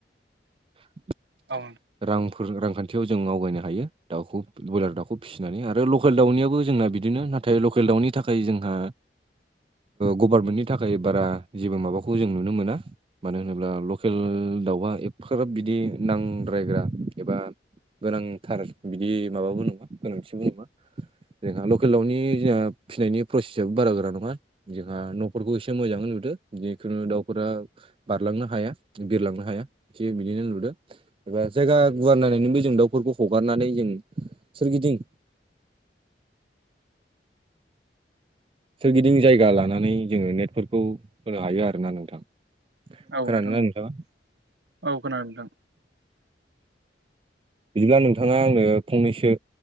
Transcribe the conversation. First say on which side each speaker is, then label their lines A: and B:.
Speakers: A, on the right (about 30°); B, on the right (about 70°).
A: <unintelligible>
B: औ
A: रांफोर रांखान्थियाव जों आवगायनो हायो दाउखौ ब्रयलार दाखौ फिसिनानै आरो लकेल दाउनियाबो जोंना बिदिनो नाथाय नाथाय लकेल दाउनि थाखाय जोंहा गभार्नमेन्टनि थाखाय बारा जेबो माबाखौ जों नुनो मोना मानो होनोब्ला लकेल दाउआ एफफ्राब बिदि नांद्रायग्रा एबा गोनांथार बिदि माबाबो नङा गोनांथिबो नङा। जोंहा लकेल दावउनि जोंहा फिसिनायनि प्रसेसआो बारा गोरा नङा जोंहा न'फोरखौ एसे मोजां नुदो जिखुनु दाउफोरा बारलांनो हाया बिरलांनो हाया एसे बिदिनो नुदों एबा जायगा गुवार नायनानैबो जों दाउफोरखौ हगारनानै जों सोरगिदिं सोरगिदिं जायगा लानानै जोङो नेटफोरखौ होनो हायो आरो ना नोंथां।
B: औ
A: खोनादोंना
B: नोंथां औ औ
A: नोंथाङा
B: औ खोनादों नोंथां।
A: बिदिब्ला नोंथाङा आंनो फंनैसो